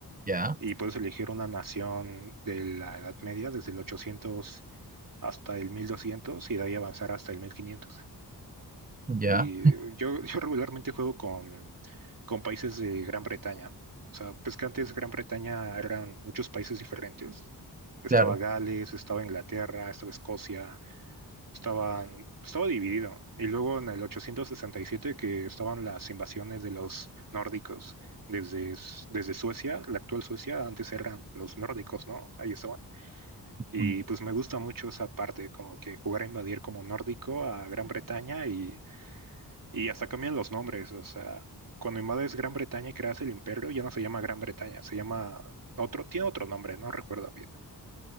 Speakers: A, on the right; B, on the right.
A: Ya,
B: Y puedes elegir una nación de la Edad Media, desde el 800 hasta el 1200 y de ahí avanzar hasta el 1500.
A: ya,
B: Y yo, yo regularmente juego con, con países de Gran Bretaña. O sea, pues que antes Gran Bretaña eran muchos países diferentes. Estaba
A: claro.
B: Gales, estaba Inglaterra, estaba Escocia, Estaban, estaba dividido. Y luego en el 867 que estaban las invasiones de los nórdicos desde, S- desde Suecia, la actual Suecia, antes eran los nórdicos, ¿no? Ahí estaban. Y
A: Mm.
B: pues me gusta mucho esa parte, como que jugar a invadir como nórdico a Gran Bretaña y, y hasta cambian los nombres. O sea, cuando invades Gran Bretaña y creas el imperio, ya no se llama Gran Bretaña, se llama otro, tiene otro nombre, no recuerdo bien.